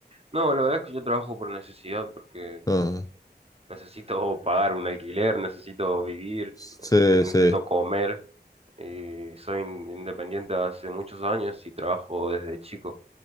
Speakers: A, on the right; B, on the left.
A: No, la verdad es que yo trabajo por necesidad, porque
B: Ah,
A: necesito pagar un alquiler, necesito vivir,
B: sí,
A: eh, necesito
B: sí.
A: comer. Y soy in- independiente hace muchos años y trabajo desde chico.